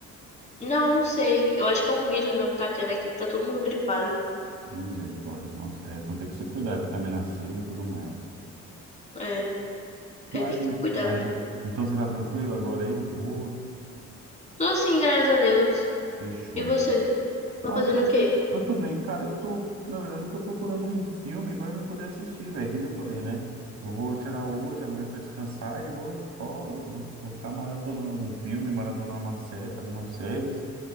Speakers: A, on the left; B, on the right.
A: Não, não sei. Eu acho que é um vírus mesmo que tá tendo aqui, porque tá todo mundo gripado.
B: Misericórdia, nossa, é, então tem que se cuidar, vitamina C e tudo mais.
A: É,
B: Mas,
A: é, tem que cuidar
B: mas,
A: mesmo.
B: então você tá tranquilo agora aí, de boa?
A: Tô assim, graças a Deus.
B: Fechou.
A: E você? Tá
B: Ah,
A: fazendo
B: eu tô,
A: o quê?
B: eu tô bem. Cara, eu tô, na verdade, eu tô procurando um filme pra mim poder assistir, velho, que nem eu falei, né? Eu vou tirar hoje, amanhã pra descansar e vou só, vou ficar maratonando algum filme, maratonar uma série, algumas séries.